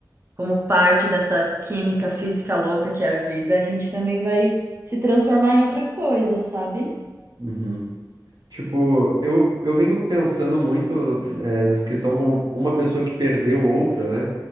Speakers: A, on the right; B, on the right.
A: como parte dessa química física louca que é a vida, a gente também vai se transformar em outra coisa, sabe?
B: Uhum. Tipo, eu, eu venho pensando muito eh, nessa questão como uma pessoa que perdeu outra, né?